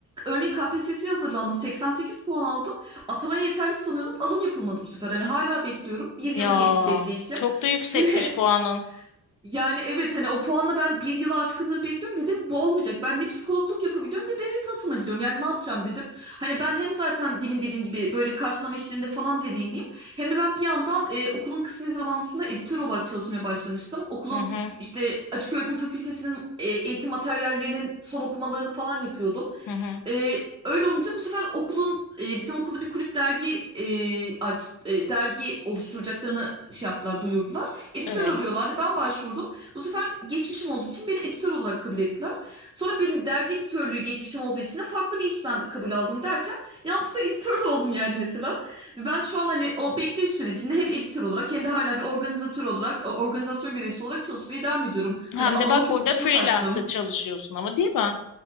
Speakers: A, on the right; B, on the left.
A: Örneğin KPSS'ye hazırlandım. 88 puan aldım. Atamaya yeterli sanıyordum. Alım yapılmadı bu sefer. Hani hala bekliyorum. Bir yılı
B: Ya
A: geçti bekleyişim.
B: çok da yüksekmiş
A: Hani
B: puanın.
A: <laughs> Yani evet hani o puanla ben bir yılı aşkınları bekliyorum dedim bu olmayacak. Ben ne psikologluk yapabiliyorum ne devlete atanabiliyorum. Yani ne yapacağım dedim. Hani ben hem zaten demin dediğim gibi böyle karşılama işlerinde falan deneyimliyim. Hem de ben bir yandan e, okulun kısmi zamanlısında editör olarak çalışmaya başlamıştım. Okulun
B: Hı hı,
A: işte açık öğretim fakültesinin e, eğitim materyallerinin son okumalarını falan yapıyordum.
B: hı hı.
A: E, öyle olunca bu sefer okulun e, bizim okulda bir kulüp dergi e, aç e, dergi oluşturacaklarını şey yaptılar duyurdular. Editör
B: Evet.
A: arıyorlardı. Ben başvurdum. Bu sefer geçmişim olduğu için beni editör olarak kabul ettiler. Sonra benim dergi editörlüğü geçmişim olduğu için de farklı bir işten kabul aldım derken yanlışlıkla editör de oldum yani mesela. ben şu an hani o bekleyiş sürecinde hem editör olarak hem de hala bir organizatör olarak, organizasyon görevlisi olarak çalışmaya devam ediyorum. Hani
B: Hem
A: alanın
B: de bak
A: çok
B: burada
A: dışına
B: freelance'da
A: taştım.
B: çalışıyorsun ama değil mi?